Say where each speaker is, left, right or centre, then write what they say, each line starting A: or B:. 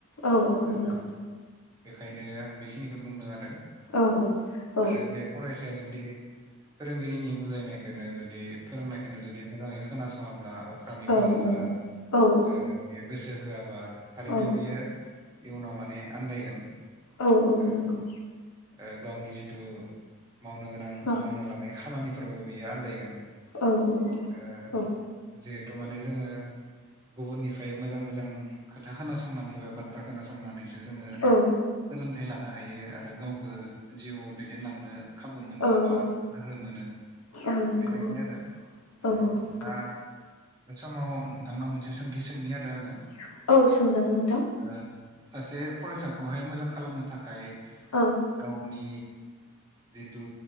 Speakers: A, on the left; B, on the right.
A: औ औ
B: ओ
A: नंगौ
B: बेखायनो आं बेखिनिखौ बुंदों आरो।
A: औ औ
B: आरो बे फरायसाया जुदि फोरोंगिरिनि बुजायनायखोनो जुदि फोरोंनायखौनो जुदि मोजाङै खोनासङाब्ला अक्रामि
A: औ
B: खालामोबा
A: नंगौ औ
B: ओ बेयो गोसो होआबा थारैनो
A: औ
B: बियो इयुनाव माने आन्दायगोन।
A: औ औ
B: ओ
A: नंगौ।
B: ओ गावनि जिथु मावनो गोनां
A: औ
B: मावनो लानाय खामानिफोरावबो बियो आन्दायगोन।
A: औ औ
B: ओ
A: औ औ।
B: जिहेथु माने जोङो गुबुननिफ्राय मोजां मोजां खोथा खोनासंनानै बा बाथ्रा खोनासंनानै जोङो
A: औ
B: सोलोंथाइ लानो हायो आरो गावखौ जिउआव दैदेनलांनो खाबु मोनो
A: औ
B: बा
A: औ
B: गोहो मोनो।
A: नंगौ
B: बेबायदि आरो उम
A: औ औ नंगौ
B: दा
A: औ
B: बे समाव नोंथांनाव मोनसे सोंथि सोंनि आरो आङो।
A: <inaudible> औ सोंजागोन नोंथां।
B: ओ सासे फरायसाखौहाय मोजां खालामनो थाखाय
A: औ
B: गावनि जिथु